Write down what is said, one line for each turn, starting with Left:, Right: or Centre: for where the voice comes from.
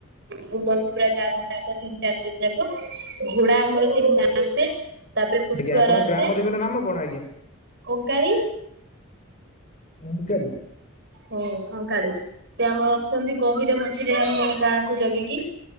Right: ଘୁମନ୍ତି ପୁରା ଯାମ ତାକ ତିନି ଚାରି ଦିନି ଯାକ। ଘୋଡା ଆମର ତିନିଟା ଆସେ ତାପରେ ପୁଟୁଆର
Left: ଆଜ୍ଞା ଆପଣଙ୍କ
Right: ଆସେ।
Left: ଗ୍ରାମ ଦେବୀଙ୍କ ନାମ କଣ ଆଜ୍ଞା?
Right: ଓକାଳୀ।
Left: ଓଁ କାଳିି।
Right: ହଁ କଙ୍କାଳୀ ସେ ଆମର ଅଛନ୍ତି। ଗହିର ମଝିରେ ଆମ ଗାଁକୁ ଜଗିକି।